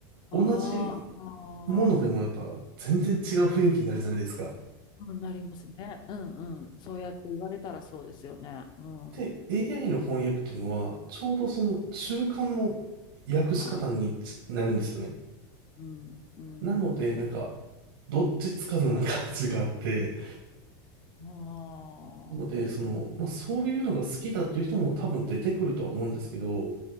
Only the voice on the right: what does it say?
同じ
ものでもやっぱ全然違う雰囲気になるじゃないですか。
で、AI の翻訳っていうのは、ちょうどその中間の訳し方につなるんですよね。
なので、なんか、どっちつかずな感じがあって、
なので、その、まあ、そういうのが好きだっていう人も多分出てくるとは思うんですけど、